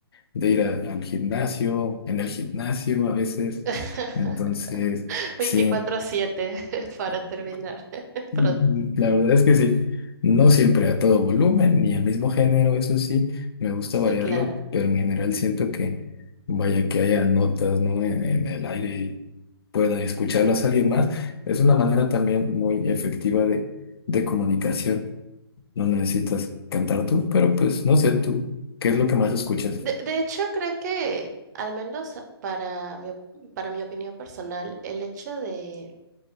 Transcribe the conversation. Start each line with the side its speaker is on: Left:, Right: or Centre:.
Left: de ir a- al gimnasio, en el gimnasio a veces.
Right: <laughs>
Left: Entonces, sí,
Right: Veinticuatro siete <laughs> para
Left: eh,
Right: terminar <laughs>
Left: mm,
Right: pronto.
Left: la verdad es que sí. No siempre a todo volumen ni al mismo género, eso sí, me gusta
Right: Sí,
Left: variarlo,
Right: claro.
Left: pero en general siento que vaya que haya notas, ¿no? en, en el aire y pueda escucharlas a alguien más. Es una manera también muy efectiva de, de comunicación no necesitas cantar tú, pero pues no sé tú, ¿qué es lo que más escuchas?
Right: De, de hecho, creo que, al menos para mi, op- para mi opinión personal, el hecho de,